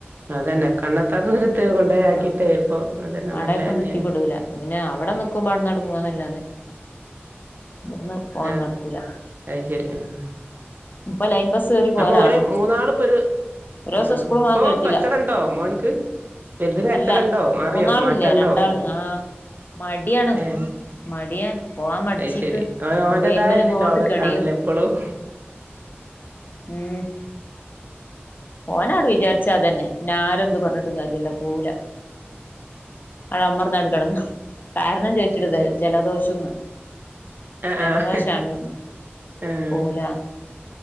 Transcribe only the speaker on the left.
ആഹ്
അടെക്കൊന്ന്
എത്തിപെടുല പിന്നെ അവിടെ നിക്കുമ്പോട്ന്നടു പോവാനല്ലാതെ ഇവ്ട്ന്ന് പോവാൻ
നടക്കുല.
ഇപ്പൊ ലൈൻ ബസ് കേറി പോകലാണ്
ഒരു ദിവസം
സ്കുള്
വാ കേട്ടില്ല.
അല്ല
മൂന്നാള്
ഇല്ല രണ്ടാള് ആഹ്. മടിയാണ്
മടിയാ പോവാൻ മടിച്ചിട്ട്
മൊബൈൽ മേലങ്ങോട്ട്
കെണിയു.
ഉം പോവാനങ്ങ്ട് വിചാരിച്ച അതന്നെ പിന്നെ ആരെന്ത് പറഞ്ഞിട്ടും കാര്യല്ലാ പോവൂല്ല. അവിടെ അമർന്നങ്ങട്ട് കെടന്ന് കാരണം ചോയിച്ചിട്
ദ
ജലദോഷംന്ന്.
ജലദോഷാണ്ന്ന്
പോവൂല.